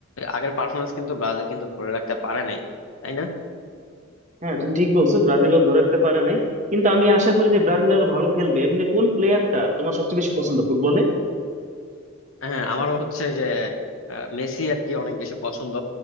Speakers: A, on the left; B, on the right.
A: আগের পারফরমেন্স কিন্তু ব্রাজিল কিন্তু ধরে রাখতে পারে নাই তাই না
B: হ্যাঁ তুমি ঠিক বলছো ব্রাজিলও ধরে রাখতে পারে নাই কিন্তু আমি আশা করি যে ব্রাজিল আরো ভালো খেলবে এমনি কোন প্লেয়ারটা তোমার সবচেয়ে বেশি পছন্দ ফুটবলে
A: হ্যাঁ আমারও হচ্ছে যে আহ, মেসি আর কি অনেক বেশি পছন্দ